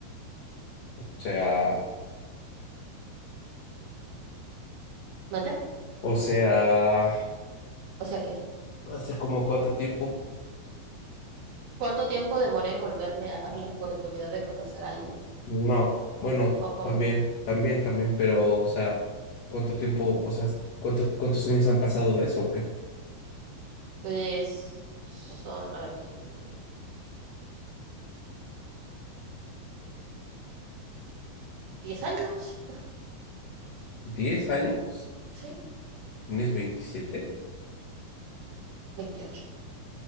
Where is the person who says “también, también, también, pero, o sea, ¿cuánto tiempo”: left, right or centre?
Left